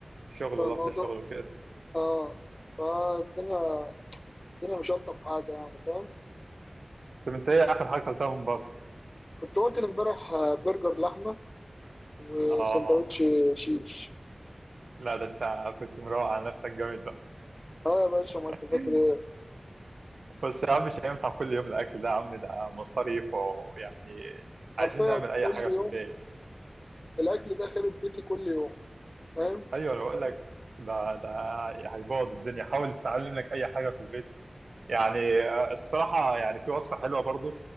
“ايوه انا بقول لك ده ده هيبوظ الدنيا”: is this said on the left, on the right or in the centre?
Right